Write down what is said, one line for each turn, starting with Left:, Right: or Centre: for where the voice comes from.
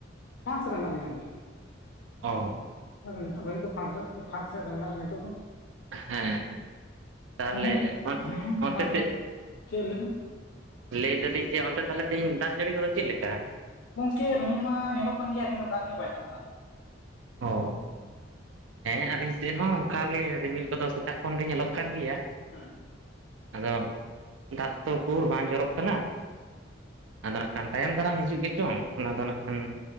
Left: <unintelligible> ᱨᱮ ᱦᱮᱱᱟᱜ ᱞᱤᱧᱟ ᱜᱚᱝᱠᱮ᱾
Right: ᱚ
Left: ᱟᱫᱚ ᱱᱤᱛᱚᱜ ᱜᱷᱟᱹᱲᱤᱡ ᱫᱚ ᱯᱷᱟᱸᱠ ᱥᱮᱫ ᱨᱮ ᱢᱮᱱᱟᱜ ᱞᱤᱧᱟ ᱱᱤᱛᱚᱜ ᱫᱚ᱾
Right: ᱦᱮᱸ ᱛᱟᱦᱚᱞᱮ
Left: ᱛᱟᱦᱞᱮ, ᱦᱩᱸ
Right: ᱚᱱᱛᱮ
Left: ᱢᱟ ᱞᱟᱹᱭ ᱵᱤᱱ᱾ ᱪᱮᱫ ᱞᱟᱹᱭ ᱵᱤᱱ?
Right: ᱞᱮᱭ ᱫᱟᱞᱤᱧ ᱡᱮ ᱚᱱᱛᱮ ᱛᱟᱦᱚᱞᱮ ᱛᱮᱦᱮᱧ ᱫᱟᱜ ᱡᱟᱹᱲᱤ ᱠᱚᱫᱚ ᱪᱮᱫ ᱞᱮᱠᱟ?
Left: ᱜᱚᱝᱠᱮ ᱨᱤᱢᱤᱱ ᱢᱟ ᱧᱮᱞᱚᱜ ᱠᱟᱱ ᱜᱮᱭᱟ᱾ <unintelligible> ᱫᱟᱜ ᱜᱮ ᱵᱟᱭ ᱫᱟᱜ ᱫᱟ᱾
Right: ᱦᱚ ᱦᱮᱸ ᱟᱹᱞᱤᱧ ᱥᱮᱜ ᱦᱚᱸ ᱚᱝᱠᱟᱜᱮ, ᱨᱤᱢᱤᱞ ᱠᱚᱫᱚ ᱥᱮᱛᱟᱜ ᱠᱷᱚᱱ ᱜᱮ ᱧᱮᱞᱚᱜ ᱠᱟᱱ ᱜᱮᱭᱟ᱾
Left: ᱦᱮᱸ,
Right: ᱟᱫᱚ, ᱫᱟᱜ ᱛᱚ ᱠᱩᱨ ᱵᱟᱝ ᱡᱚᱨᱚᱜ ᱠᱟᱱᱟ᱾ ᱟᱫᱚ ᱱᱟᱜ ᱠᱷᱟᱱ ᱛᱟᱭᱚᱢ ᱫᱟᱨᱟᱢ ᱦᱤᱡᱩᱜ ᱜᱮ ᱪᱚᱝ᱾ ᱚᱱᱟ ᱫᱚ ᱱᱟᱜ ᱠᱷᱟᱱ